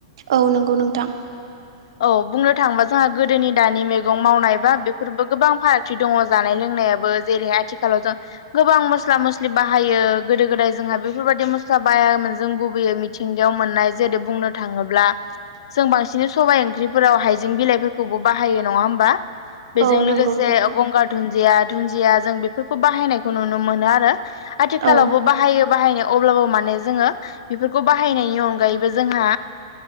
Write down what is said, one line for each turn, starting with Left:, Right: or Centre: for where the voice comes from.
Right: औ नंगौ नोंथां
Left: औ बुंनो थांङोबा जोंहा गोदोनि दानि मैगं मावनाय बा बेफोरबो गोबां फारागथि दंङौ जानायनि लोंनायाबो जेरैहाय आथिखालाव जों गोबां मस्ला मस्लि बाहायो गोदो गोदाय जोंहा बेफोरबायदि मस्ला बायामोन जों गुबैयै मिथिंगायाव मोननाय जेरै बुंनो थांङोब्ला जों बांसिन सबाइ ओंख्रिफोराव हाइजें बिलाइफोरखौबो बाहायो नंङा होमबा बेजों
Right: औ
Left: लोगोसे
Right: नंगौ नोंथां
Left: गंगार दुन्दिया दुुनन्दिया जों बेफोरखौ बाहायनायखौ नुनो मोनो आरो आथिखालावबो
Right: औ
Left: बाहायो अब्लाबो माने जोङो बेफोरखौ बाहायनायनि अनगायै जोंहा